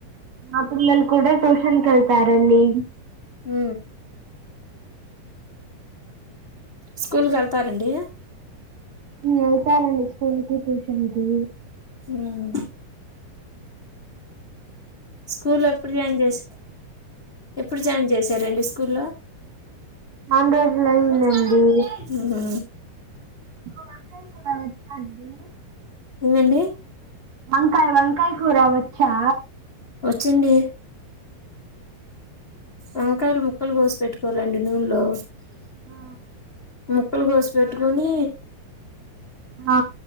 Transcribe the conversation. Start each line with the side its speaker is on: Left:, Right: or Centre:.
Right: మా పిల్లలు కూడా ట్యూషన్ కెల్తారండి
Left: అ స్కూల్కి వెళ్తారండి
Right: వెళ్తారండి స్కూల్కి ట్యూషన్ కి
Left: ఉమ్ స్కూల్ ఎప్పుడు జాయిన్ చేస ఎప్పుడు జాయిన్ చేసారండి స్కూల్లో
Right: చానా రోజులు అయిందండి
Left: అ
Right: వంకాయ కూర వచ్చా అండి
Left: ఎందండి
Right: వంకాయ వంకాయ కూర వచ్చా
Left: వచ్చండి వంకాయలు ముక్కలు కోసి పెట్టుకోవాలండి నూన్లో
Right: ఆ
Left: ముక్కలు కోసి పెట్టుకొని
Right: ఆ